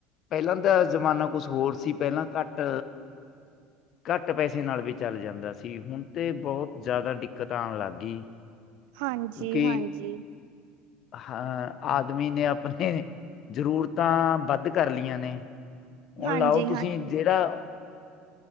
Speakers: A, on the left (about 50°); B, on the right (about 75°).
A: ਪਹਿਲਾਂ ਦਾ ਜ਼ਮਾਨਾ ਕੁਛ ਹੋਰ ਸੀ ਪਹਿਲਾਂ ਘੱਟ ਘੱਟ ਪੈਸੇ ਨਾਲ ਵੀ ਚੱਲ ਜਾਂਦਾ ਸੀ ਹੁਣ ਤੇ ਬਹੁਤ ਜ਼ਿਆਦਾ ਦਿੱਕਤ ਆਣ ਲੱਗ ਗਈ।
B: ਹਾਂਜੀ-ਹਾਂਜੀ
A: ਕਿਉਂਕਿ ਹਾਂ ਆਦਮੀ ਨੇ ਆਪਨੇ ਜ਼ਰੂਰਤਾਂ ਵੱਧ ਕਰ ਲਈਆਂ ਨੇ ਹੁਨ
B: ਹਾਂਜੀ
A: ਲਾਓ ਤੁਸੀਂ
B: ਹਾਂਜੀ
A: ਜਿਹੜਾ।